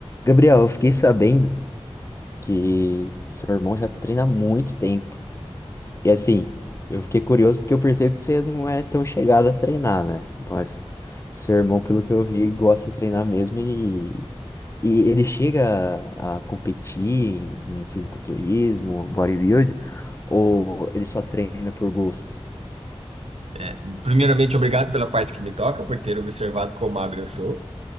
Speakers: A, on the left; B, on the right.
A: Gabriel, eu fiquei sabendo que seu irmão já treina há muito tempo. E assim, eu fiquei curioso porque eu percebo que você não é tão chegado a treinar, né? Mas seu irmão, pelo que eu vi, gosta de treinar mesmo e, e ele chega a, a competir em, em fisiculturismo, bodybuilding, ou ele só treina por gosto?
B: É, primeiramente, obrigado pela parte que me toca, por ter observado quão magro eu sou.